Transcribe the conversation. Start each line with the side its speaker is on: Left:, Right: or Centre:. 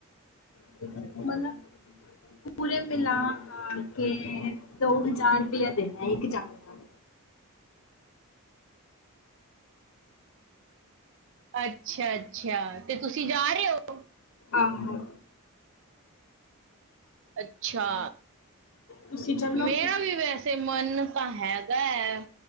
Left: <inaudible> ਪੂਰੇ ਮਿਲਾ ਆ ਕੇ ਦੋ ਹਜ਼ਾਰ ਰੁਪਇਆ ਦੇਣਾ ਇੱਕ ਜਾਣੇ ਦਾ
Right: ਅੱਛਾ-ਅੱਛਾ ਤੇ ਤੁਸੀਂ ਜਾ ਰੇ ਔ?
Left: ਆਹੋ,
Right: ਅੱਛਾ,
Left: ਤੁਸੀਂ ਚੱਲੋਗੇ
Right: ਮੇਰਾ ਵੀ ਵੈਸੇ ਤੇ ਮਨ ਤਾਂ ਹੈਗਾ ਐ